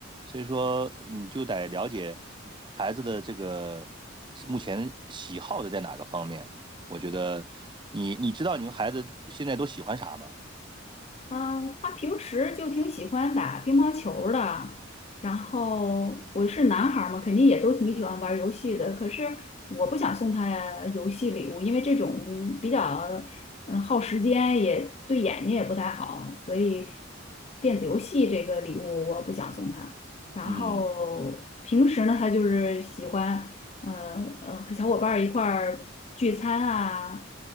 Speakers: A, on the right (about 25°); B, on the left (about 30°).
A: 所以说你就得了解孩子的这个目前喜好的在哪个方面，我觉得你你知道你们孩子现在都喜欢啥吗？
B: 嗯，他平时就挺喜欢打乒乓球儿的，然后我是男孩儿嘛，肯定也都挺喜欢玩儿游戏的。可是我不想送他游戏礼物，因为这种比较嗯耗时间，也对眼睛也不太好，所以电子游戏这个礼物我不想送他。然后平时呢，
A: 嗯，
B: 他就是喜欢。呃呃，和小伙伴儿一块儿聚餐啊，